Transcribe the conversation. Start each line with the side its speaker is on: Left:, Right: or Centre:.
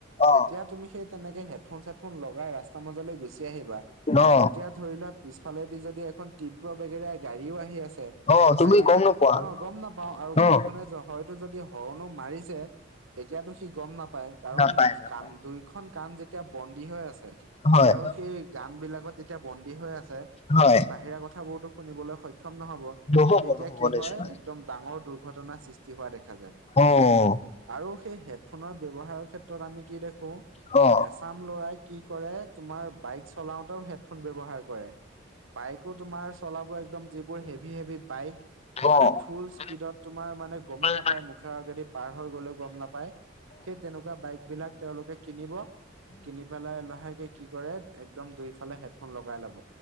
Left: অ
Right: যেতিয়া তুমি সেই তেনেকে হ হেডফোন চেডফোন লগাই ৰাস্তাৰ মাজলৈ গুছি আহিবা
Left: অ
Right: তেতিয়া ধৰি লোৱা পিছালেদি যদি খন তীব্ৰ বেগেৰ গাড়ীও আহি আছে
Left: অ তুমি
Right: গাড়ী
Left: গম
Right: খন
Left: নোপোৱা
Right: অ গম নাপাও আৰু
Left: অ
Right: গাড়ীখনে হয় টো যদি হৰণো মাৰিছে তেতিয়াতো সি গম নাপায় কাৰণ
Left: নাপায় নাপায়
Right: কাম দুইখন কাম যেতিয়া বন্দী হৈ আছে
Left: হয়
Right: তেওঁৰ সেই গান বিলাকত যেতিয়া বন্দী হৈ আছে
Left: হয়
Right: সেই বাহিৰা কথাবোৰতো শুনিবলৈ সম সক্ষম নহব
Left: নহ'ব
Right: তেতিয়া
Left: নহ'ব
Right: কি
Left: নিশ্চয়
Right: হয় একদম ডাঙৰ দুৰ্ঘটনাৰ সৃষ্টি হোৱা দেখা যায়।
Left: অ
Right: আৰু সেই হেডফোনৰ ব্যৱহাৰৰ ক্ষেত্ৰত আমি কি দেখো
Left: অ'। অ'।
Right: এচাম লৰাই কি কৰে তোমাৰ বাইক চলাওতেও হেডফোন ব্যৱহাৰ কৰে। বাইকো তোমাৰ চলাব একদম যিবোৰ হেভি হেভি বাইক
Left: অ', উম,
Right: মানে ফুল স্পীডত তোমাৰ মানে গমেই
Left: অ',
Right: নাপায় মুখে আগেদি পাৰ হৈ গ'লেও গম নাপায় সেই তেনেকুৱা বাইক বিলাক তেওঁলোকে কিনিব কিনি পেলাই লাহেকে কি কৰে একদম দুইফালে হেডফোন লগাই ল'ব